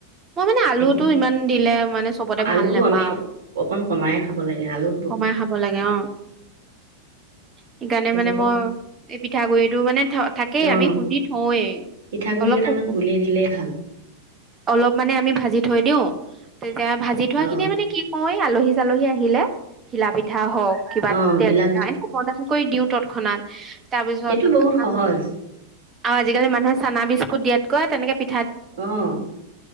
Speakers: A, on the right; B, on the right.
A: মই মানে আলুটো
B: তেতিয়া
A: ইমান দিলে মানে চবতে
B: আলু
A: ভাল নাপাওঁ।
B: আমি অকণ কমাই খাব লাগে আলুত ব
A: কমাই খাব লাগে অ'। সেইকাৰণে
B: আজিকালি
A: মানে মই এই পিঠাগুৰি টো মানে থ থাকেই
B: অ
A: আমি খুন্দি থওঁৱেই।
B: পিঠাগুৰি
A: অলপ
B: কেইটামান
A: সো
B: গুলি দিলেই ভাল
A: অলপ মানে আমি ভাঁজি থ থৈদিও তেতিয়া ভাজি থোৱা
B: অ
A: খিনিয়ে মানে কি কওঁ এই আলহী আলহী আহিলে ঘিলা পিঠা হওক কিবা
B: অ
A: তেল
B: ঘিলা
A: পিঠা এনেকা বনাম কৰি দিওঁ তৎক্ষণাত তাৰপিছত
B: সেইটো বহুত সহজ
A: আৰু আজিকালি মানুহে চানা বিস্কুট দিয়াত কৈ তেনেকে পি
B: অ'